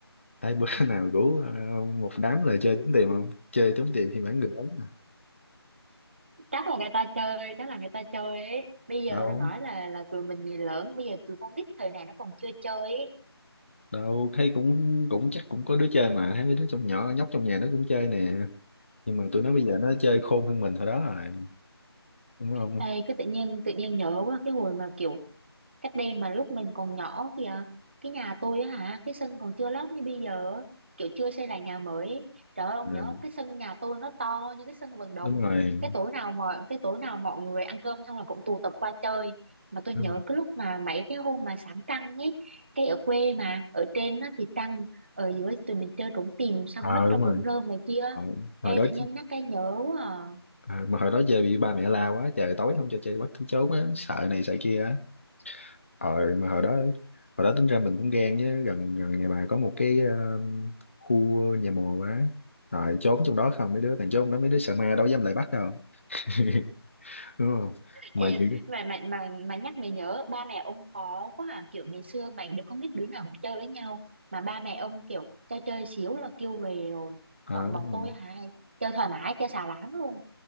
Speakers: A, on the left; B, on the right.
A: Ai bữa <laughs> nào rủ ờ, một đám lời chơi trốn tìm không? Chơi trốn tìm thì bán người lớn mà.
B: Chắc là người ta chơi, chắc là người ta chơi ấy. Bây giờ
A: Đâu,
B: đang nói là là tụi mình người lớn, bây giờ tụi con nít thời này nó còn chưa chơi ấy.
A: đâu thấy cũng cũng chắc cũng có đứa chơi mà, thấy mấy đứa trong nhỏ nhóc trong nhà nó cũng chơi nè. Nhưng mà tụi nó bây giờ nó chơi khôn hơn mình hồi đó rồi, đúng không?
B: Ê, cái tự nhiên tự nhiên nhớ quá cái hồi mà kiểu cách đây mà lúc mình còn nhỏ kìa cái nhà tôi á hả cái sân còn chưa lót như bây giờ á, kiểu chưa xây lại nhà mới ấy. trời ơi ông
A: Ừ,
B: nhớ không cái sân nhà tôi nó to như cái sân vận động
A: đúng rồi.
B: cái tối nào mọi cái tối nào mọi người ăn cơm xong là cũng tụ tập qua chơi mà tôi
A: Đúng
B: nhớ
A: rồi.
B: cái lúc mà mấy cái hôm mà sáng trăng ấy cái ở quê mà ở trên nó thì trăng ở dưới tụi mình chơi trốn tìm xong
A: Ờ
B: nấp trong
A: đúng rồi
B: đống rơm này kia
A: Ờ,
B: ê
A: hồi đó
B: tự nhiên
A: chứ-
B: nhắc cái nhớ quá à
A: ờ, mà hồi đó chơi bị ba mẹ la quá trời tối không cho chơi bắt cứ trốn á sợ này sợ kia á ờ mà hồi đó hồi đó tính ra mình cũng gan chứ gần gần nhà bà có một cái ờ, khu nhà mồ quá rồi trốn trong đó không mấy đứa thằng trốn trong đó mấy đứa sợ ma đâu dám lại bắt đâu <laughs> đúng không mà
B: Ê,
A: kiểu
B: mà mà mà mà nhắc mày nhớ ba mẹ ông khó quá à kiểu ngày xưa mày đứa con nít đứa nào cũng chơi với nhau mà ba mẹ ông kiểu cho chơi xíu là kêu về rồi
A: ờ,
B: còn bọn
A: đúng
B: tôi
A: rồi.
B: hả chơi thoải mái chơi xà láng luôn